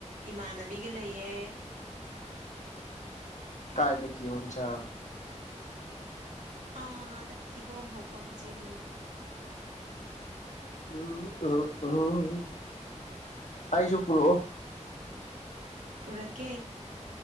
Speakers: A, on the right (about 90°); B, on the left (about 70°).
A: ꯏꯃꯥꯟꯅꯕꯤꯒ ꯂꯩꯌꯦ
B: ꯀꯥꯏꯗ ꯀꯤꯍꫭꯝ ꯆꯥꯕ
A: ꯑꯥꯗ ꯀꯤꯍꯣꯝ ꯍꯧꯐꯝ ꯆꯤꯡꯗ
B: ꯎꯝ ꯎꯝ ꯎꯝ ꯑꯩꯁꯨ ꯄꯨꯔꯛꯑꫭ
A: ꯄꯨꯔꯛꯀꯦ